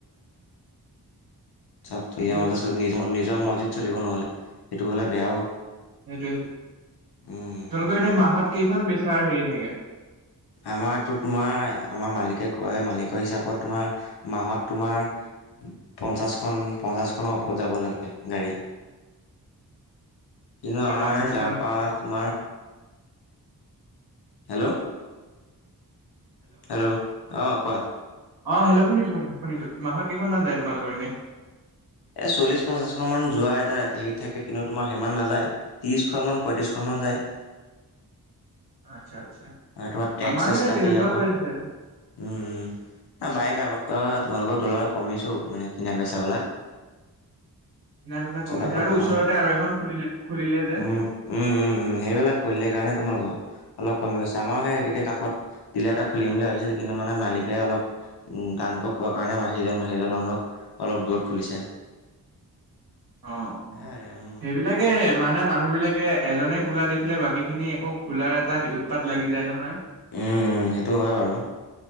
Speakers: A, on the left (about 85°); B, on the right (about 70°).
A: চব
B: সেইটোৱে
A: ইয়াৰ মাজত নিজৰ মৰজিত চলিব নহ'লে সেইটো হ'লে বেয়াও।
B: সেইটো সেইটো,
A: উম
B: তেওঁলোকৰ এনে মাহত কেইখন বেচাৰ হেৰি থাকে।
A: আমাৰটো তোমাৰ আমাৰ মালিকে কয় মালিকৰ হিচাপত তোমাৰ মাহত তোমাৰ পঞ্চাছখন পঞ্চাছখনৰ ওপৰত যাব লাগে গাড়ী।
B: <inaudible>
A: কিন্তু আমাৰ
B: পঞ্চাশখন
A: ইয়াৰ পৰা তোমাৰ হেল্ল' হেল্ল' অ কোৱা।
B: অ হেল্ল' শুনিছো শুনিছো মাহত কেইখনমান যায় তোমালোকৰ এনে?
A: এই চল্লিছ পঞ্চাশখন মান যোৱা এটা হেৰিত থাকে কিন্তু তোমাৰ সিমান নাযায় ত্ৰিশখন মান পঁয়ত্ৰিশখন মান মন যায়।
B: <inaudible> আচ্ছা আচ্ছা
A: তোমাৰ টেক্স
B: আমাৰো
A: চেচ
B: সেই
A: কাটি
B: তেনেকুৱা
A: আকৌ
B: হৈ আছে
A: উম উম বাইক আগত তোমালোকৰ ডলাৰ কমিছোঁ মানে কিনা বেচাবিলাক
B: কিনা বেচা
A: পিছত
B: কমিছে
A: আকৌ
B: আৰু
A: তোমাৰ
B: ওচৰতে আৰু এখন খুলিলে খুলিলে যে
A: উম, উম, উম, উম। সেইবিলাক খুলিলে কাৰণে তোমালোকৰ অলপ কম আমাৰো সেই সেইতোৱে কাষত ডিলাৰ এটা খুলিম বুলি ভাবিছিলে কিন্তু মানে মালিকে অলপ উম, টানকৈ কোৱা কাৰণে মানে সেইজন সেইজন মানুহক অলপ দূৰত খুলিছে।
B: অ,
A: সেয়াই
B: অ,
A: আৰু উম।
B: সেইবিলাকে মান মানে মানুহ বিলাকে এজনে খোলা দেখিলে বাকী খিনি একো খোলাৰ এটা উৎপাত লাগি যায় নহয়।
A: উম, উম, সেইটো হয় বাৰু